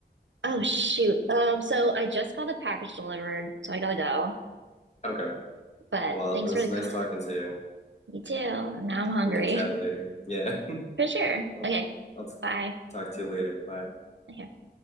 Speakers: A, on the right; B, on the left.
A: Oh shoot. Um, so I just got the package delivered, so I gotta go.
B: Okay.
A: But
B: Well,
A: thanks
B: it was
A: for the
B: nice
A: <laughs> call.
B: talking to you.
A: You too. Now I'm hungry.
B: We can chat later. Yeah.
A: <laughs> For sure.
B: I'll
A: Okay.
B: I'll
A: Bye.
B: talk to you later. Bye.
A: Okay.